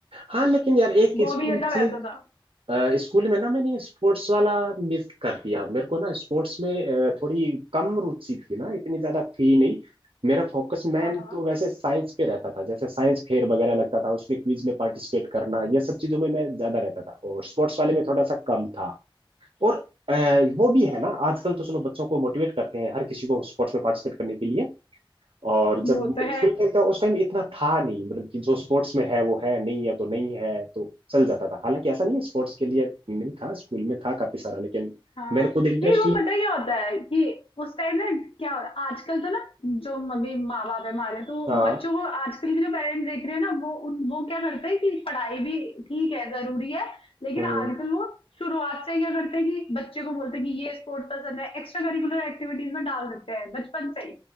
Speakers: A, on the right; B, on the left.
A: हाँ लेकिन यार एक
B: वो
A: स्कूल
B: भी मतलब ऐसा था
A: अ, स्कूल में ना मैंने स्पोर्ट्स वाला मिस कर दिया मेरे को ना स्पोर्ट्स में अ, थोड़ी कम रुचि थी ना इतनी ज्यादा थी नहीं मेरा फोकस मैन
B: हाँ हाँ
A: तो वैसे साइंस पे रहता था जैसे साइंस फेयर वगैरह लगता था उसमें क्विज में पार्टिसिपेट करना ये सब चीजों में मैं ज्यादा रहता था और स्पोर्ट्स वाले में थोड़ा सा कम था और अ, वो भी है ना आजकल तो चलो बच्चों को मोटिवेट करते हैं हर किसी को स्पोर्ट्स में पार्टिसिपेट करने के लिए और जब
B: वो तो है
A: स्कूल टाइम था उस टाइम इतना था नहीं मतलब कि जो स्पोर्ट्स में है वो है नहीं है तो नहीं है तो चल जाता था हालांकि ऐसा नहीं है स्पोर्ट्स के लिए नहीं था स्कूल में था काफी सारा लेकिन
B: हाँ
A: मैंने खुद इंटरेस्ट
B: नहीं वो
A: लिया
B: पता क्या होता है कि उस टाइम ना क्या हो- आजकल तो ना जो मम्मी माँ बाप है हमारे तो वो
A: हाँ
B: बच्चों को आजकल के जो पेरेंट्स देख रहे हैं ना वो उन वो क्या करते हैं कि पढ़ाई भी ठीक है जरूरी है लेकिन
A: हम्म,
B: आजकल वो शुरुआत से ही क्या करते हैं कि बच्चे को बोलते हैं कि ये स्पोर्ट्स पसंद है एक्स्ट्रा करिकुलर एक्टिविटीज में डाल देते हैं बचपन से ही